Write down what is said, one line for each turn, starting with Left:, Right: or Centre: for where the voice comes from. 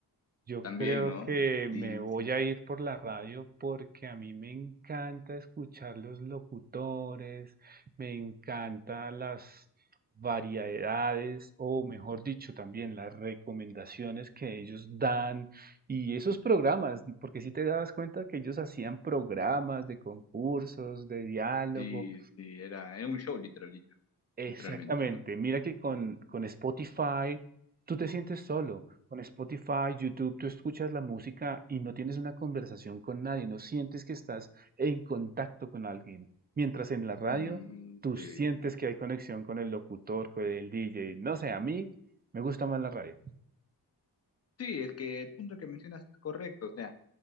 Right: Yo
Left: También,
Right: creo
Left: ¿no?
Right: que
Left: Sí,
Right: me voy
Left: sí,
Right: a ir por la radio porque a mí me encanta escuchar los locutores, me encanta las variedades o mejor dicho también las recomendaciones que ellos dan y esos programas, porque si te das cuenta que ellos hacían programas de concursos, de diálogo,
Left: sí, sí, era, era un show literal,
Right: Exactamente.
Left: literalmente, ¿no?
Right: Mira que con, con Spotify tú te sientes solo. Con Spotify, YouTube, tú escuchas la música y no tienes una conversación con nadie, no sientes que estás en contacto con alguien. Mientras en la radio,
Left: Mm,
Right: tú
Left: sí.
Right: sientes que hay conexión con el locutor, con el DJ. No sé, a mí me gusta más la radio.
Left: Sí, es que el punto que mencionas es correcto, o sea,